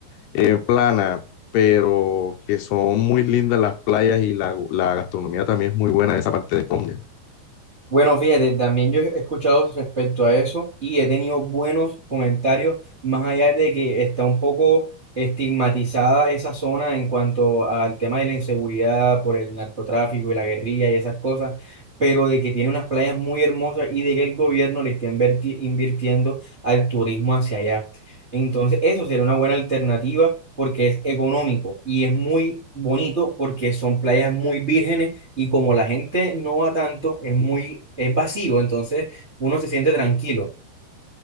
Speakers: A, on the left (about 75°); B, on the right (about 40°).
A: eh, plana, pero que son muy lindas las playas y la, la gastronomía también es muy buena en esa parte de Colombia.
B: Bueno, fíjate, también yo he escuchado respecto a eso y he tenido buenos comentarios, más allá de que está un poco estigmatizada esa zona en cuanto al tema de la inseguridad por el narcotráfico y la guerrilla y esas cosas, pero de que tiene unas playas muy hermosas y de que el gobierno le está inverti- invirtiendo al turismo hacia allá. Entonces, eso sería una buena alternativa porque es económico y es muy bonito porque son playas muy vírgenes y como la gente no va tanto, es muy, es vacío, entonces uno se siente tranquilo.